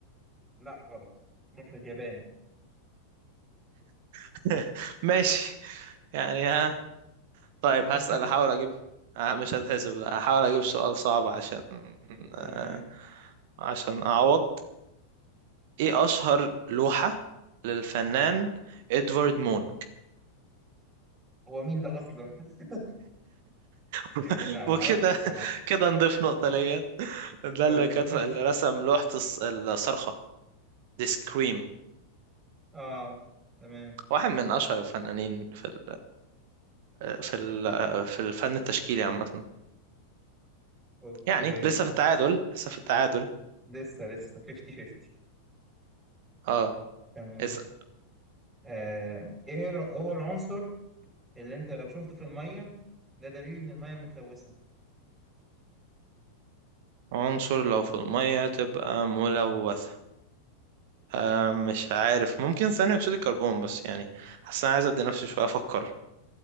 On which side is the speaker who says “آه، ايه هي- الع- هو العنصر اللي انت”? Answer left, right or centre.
Right